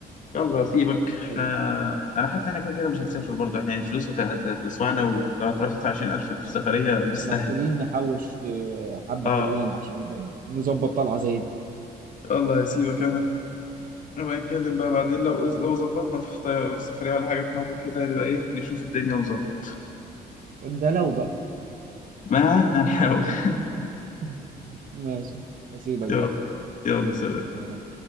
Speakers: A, on the left; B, on the right.
A: يلا سيبك
B: ده
A: احنا
B: حقيقي
A: انا حاسس ان احنا كده كده مش هنسافر برضه احنا يعني الفلوس هت- هت- هتلسوعنا وهتروح تدفع 20000 في سفرية مش
B: محتاجين
A: سهلة
B: نحوش آه، حبة
A: اه
B: حلوين عشان آه، نظبط طلعة زي دي
A: يلا سيبك انا نبقى نتكلم بقى بعدين لو لو ظبطنا في طي- سفرية ولا حاجة في مرة كده نبقى ايه نشوف الدنيا ونظبط
B: ده لو بقى
A: ما هنحاول <laughs>
B: <laughs> ماشي أسيبك
A: يلا
B: بقى
A: يلا سلام
B: سلام